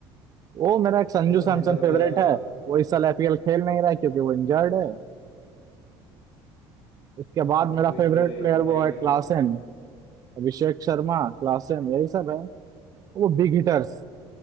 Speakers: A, on the right (about 35°); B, on the left (about 75°).
A: वो मेरा एक संजू
B: पसंदीदा
A: सैमसन फेवरेट
B: प्लेयर आपका
A: है वो इस साल एपीएल खेल नहीं रहा है क्योंकि वो इंजर्ड है उसके
B: हाँ
A: बाद
B: वो
A: मेरा
B: तो इंजोर
A: फेवरेट
B: है
A: प्लेयर
B: राइट
A: वो है क्लासेन
B: है
A: अभिषेक शर्मा क्लासेन यही सब है वो बिग हिटर्स